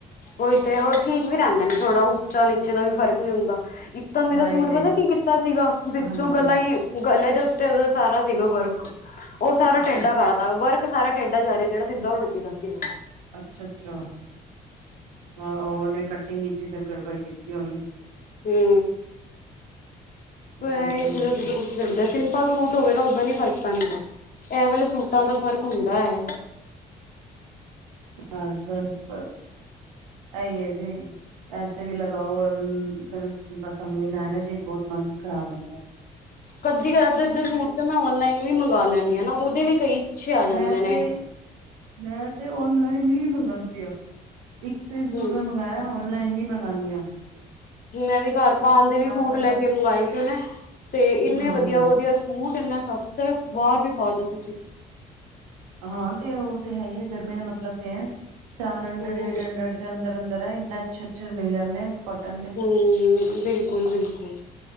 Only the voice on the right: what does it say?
ਨਹੀਂ
ਨਹੀਂ
ਹਾਂਜੀ
ਹਾਂਜੀ
ਅੱਛਾ
ਅੱਛਾ
ਅੱਛਾ-ਅੱਛਾ। ਹਾਂ, ਉਹ ਉਹਨੇ ਕਟਿੰਗ ਵਿੱਚ ਫਿਰ ਗੜਬੜ ਕੀਤੀ ਹੋਣੀ।
ਕਟਿੰਗ ਵਿੱਚ
ਬਸ-ਬਸ-ਬਸ ਇਹੀ ਹੈ ਜੀ, ਪੈਸੇ ਵੀ ਲਗਾਓ, ਔਰ ਫਿਰ ਪਸੰਦ ਵੀ ਨਾ ਆਯੇ ਚੀਜ ਬਹੁਤ। ਮਨ ਖ਼ਰਾਬ ਹੁੰਦਾ।
ਮੈਂ
ਤੇ ਮੈਂ ਤੇ ਔਨਲਾਈਨ ਹੀ ਮੰਗਵਾਉਂਦੇ ਆ, ਇੱਕ ਤ
ਸੂਟ ਮੈਂ ਮੰਗਵਾਆ ਔਨ ਲਾਇਨ ਹੀ ਮੰਗਾਨੀਆ।
ਪੰਦਰਾਂ
ਹੂੰ-ਹੂੰ
ਹਾਂ, ਤੇ ਉਹ ਤੇ ਹੈ ਹੀ ਹੈ ਗਰਮੀਆਂ ਦਾ ਮਤਲਬ ਤੇ ਹੈ, ਸੈਵਨ ਹੰਡਰਡ,
ਏਟ ਹੰਡਰਡ ਦੇ ਅੰਦਰ-ਅੰਦਰ ਇੰਨੇਸ਼ ਅੱਛੇ-ਅੱਛੇ ਮਿਲ ਜਾਂਦੇ ਆ। ਕੋਟਨ ਦੇ